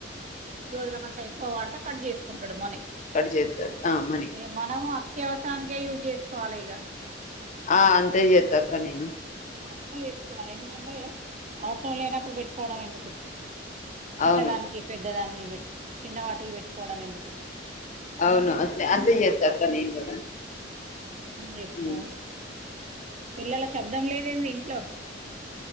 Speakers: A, on the right (about 40°); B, on the left (about 40°).
A: రోజుల కంటా ఎక్కువ వాడితే కట్ చేసుకుంటాడు మనీ
B: కట్ చేస్తాడు ఆ మనీ
A: ఇగ మనం అత్యవసరానికే యూజ్ చేసుకోవాలి ఇగ
B: ఆ అంతే చేతక్క నేను
A: అట్ల చేసుకోవాలి ఎందుకంటే అవసరం లేనప్పుడు పెట్టుకోవడం ఎందుకు చిన్న
B: అవును
A: దానికి పెద్ద దానికి పెట్ చిన్న వాటికి పెట్టుకోవడం ఎందుకు
B: అవును అంతే అంతే చేస్తాక్క నేను కూడా
A: ఆ అర్థం చేసుకోవాలి
B: ఉమ్.
A: పిల్లల శబ్దం లేదేందీ ఇంట్లో